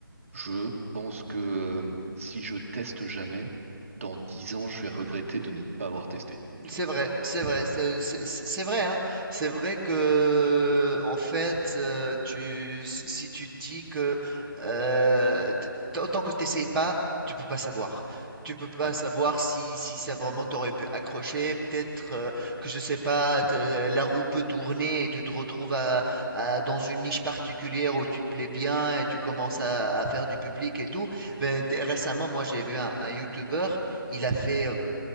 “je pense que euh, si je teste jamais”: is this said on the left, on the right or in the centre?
Right